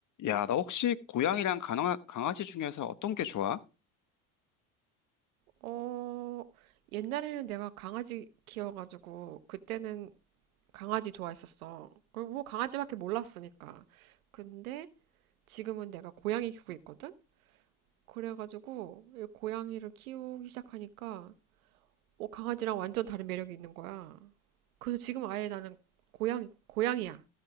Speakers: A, on the left; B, on the right.
A: 야, 너 혹시 고양이랑 강아, 강아지 중에서 어떤 게 좋아?
B: 어, 옛날에는 내가 강아지 키워가지고, 그때는 강아지 좋아했었어. 그리고 뭐 강아지밖에 몰랐으니까. 근데 지금은 내가 고양이 키우고 있거든? 그래가지고, 이 고양이를 키우기 시작하니까, 어, 강아지랑 완전 다른 매력이 있는 거야. 그래서 지금 아예 나는 고양이, 고양이야.